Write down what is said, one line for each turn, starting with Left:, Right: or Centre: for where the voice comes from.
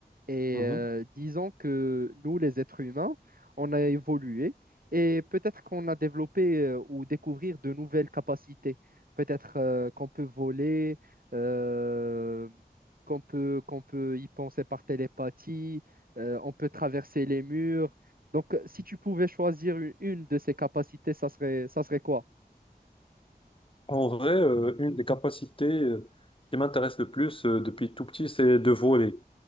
Right: Et
Left: mhm.
Right: euh, disons que nous, les êtres humains, on a évolué et peut-être qu'on a développé euh, ou découvert de nouvelles capacités. Peut-être euh, qu'on peut voler, euh, qu'on peut, qu'on peut y penser par télépathie, euh, on peut traverser les murs. Donc, euh, si tu pouvais choisir une, une de ces capacités, ça serait, ça serait quoi?
Left: En vrai, euh, une des capacités euh, qui m'intéresse le plus euh, depuis tout petit, c'est de voler.